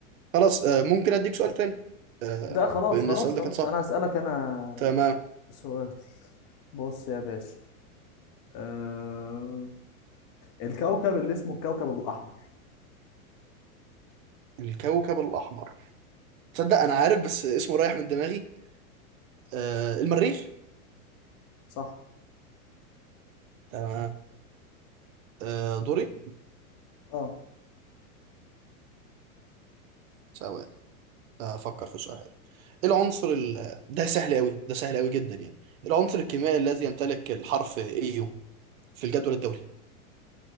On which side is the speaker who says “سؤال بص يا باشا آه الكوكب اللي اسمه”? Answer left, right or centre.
Left